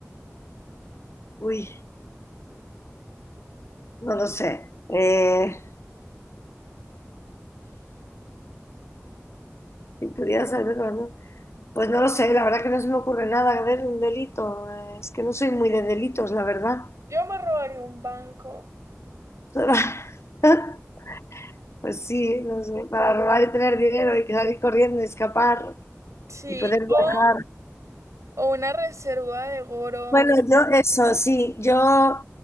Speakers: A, on the left (about 60°); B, on the right (about 85°).
A: uy, no lo sé. Eh, Si pudieras haberme comido- Pues no lo sé, la verdad que no se me ocurre nada. A ver, un delito. eh, Es que no soy muy de delitos, la verdad.
B: Yo me robaría un banco.
A: <laughs> Pues sí, no sé, para robar y tener dinero y salir corriendo, y escapar
B: Sí,
A: y poder viajar.
B: o, o una reserva de oro.
A: Bueno, yo eso, sí, yo,